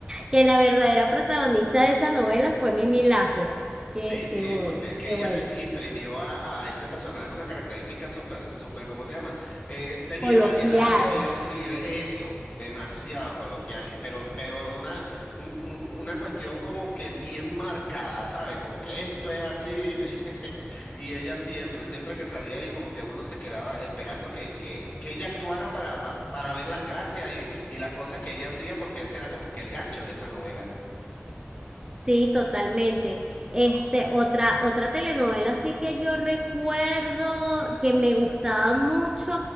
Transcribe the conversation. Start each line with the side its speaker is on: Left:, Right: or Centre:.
Right: que la verdadera protagonista de esa novela fue Mimi Lazo. Qué,
Left: Sí, sí,
Right: qué bueno,
Left: porque es que
Right: qué
Left: ella
Right: bueno.
Left: le imprimió a, a ese personaje una característica súper, súper, ¿cómo se llama? Eh, tenía
Right: Coloquial.
Left: variedad, tenía sí, de- eso, demasiado coloquial, y- pero, pero una, un- un- una cuestión como que bien marcada, ¿sabe? Como que esto es así, le- <laughs> y ella siempre, siempre que salía ahí, como que uno se quedaba esperando que, que, que ella actuara para, pa- para, ver las gracias y, y las cosas que ella hacía, porque ese era como que el gancho de esa novela.
Right: Sí, totalmente. Este, otra, otra telenovela así que yo recuerdo que me gustaba mucho